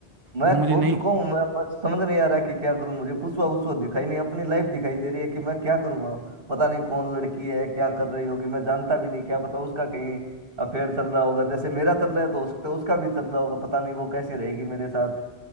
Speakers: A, on the right; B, on the right.
A: मैं
B: तो मुझे
A: खो
B: नहीं
A: चुका हूँ मैं बस समझ नहीं आ रहा कि क्या करूँ मुझे पुसवा उसवा दिखाई नहीं अपनी लाइफ दिखाई दे रही है कि मैं क्या करूँगा पता नहीं कौन लड़की है क्या कर रही होगी मैं जानता भी नहीं क्या पता उसका कहीं अफेयर चल रहा होगा जैसे मेरा चल रहा है तो हो सकता है उसका भी चल रहा होगा पता नहीं वो कैसे रहेगी मेरे साथ